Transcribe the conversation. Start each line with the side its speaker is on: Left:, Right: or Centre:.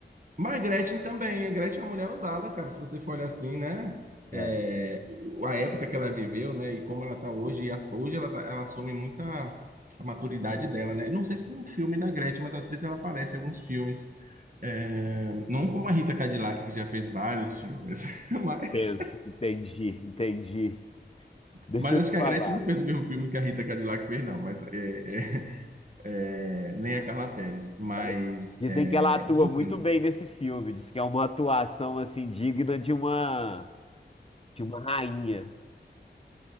Right: Mas Gretchen também. A Gretchen é uma mulher usada, cara. Se você for olhar assim, né?
Left: né?
Right: É,
Left: É,
Right: a época que ela viveu, né? E como ela tá hoje. e a- Hoje ela, tá- ela assume muita a maturidade dela, né? Não sei se tem um filme da Gretchen, mas às vezes ela aparece em alguns filmes. É, não como a Rita Cadillac, que já fez vários filmes, <laughs> mas
Left: enten- entendi, entendi. Deixa
Right: Mas
Left: eu
Right: acho
Left: te
Right: que
Left: falar.
Right: a Gretchen não fez o mesmo filme que a Rita Cadillac fez, não. Mas é, é, é, nem
Left: é
Right: a
Left: um
Right: Carla Perez. Mas
Left: Ela- Dizem
Right: é,
Left: que ela atua
Right: brincando.
Left: muito bem nesse filme. Diz que é uma atuação assim digna de uma de uma rainha.